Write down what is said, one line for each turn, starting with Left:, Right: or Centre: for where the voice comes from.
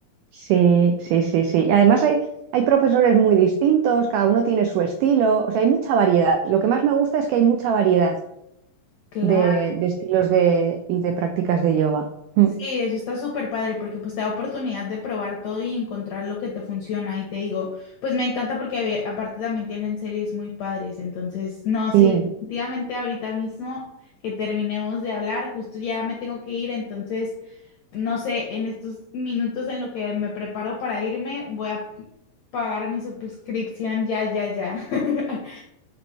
Right: Sí, sí, sí, sí. Además hay, hay profesores muy distintos, cada uno tiene su estilo, o sea, hay mucha variedad. Lo que más me gusta es que hay mucha variedad
Left: Claro,
Right: de, de estilos de, y de prácticas de yoga. Mm.
Left: sí, eso está súper padre porque pues te da oportunidad de probar todo y encontrar lo que te funciona y te digo, pues me encanta porque abe- aparte también tienen series muy padres, entonces no,
Right: Sí,
Left: sí, definitivamente ahorita mismo que terminemos de hablar, justo ya me tengo que ir, entonces no sé, en estos minutos en lo que me preparo para irme, voy a pagar mi suscripción ya, ya, ya. <laughs>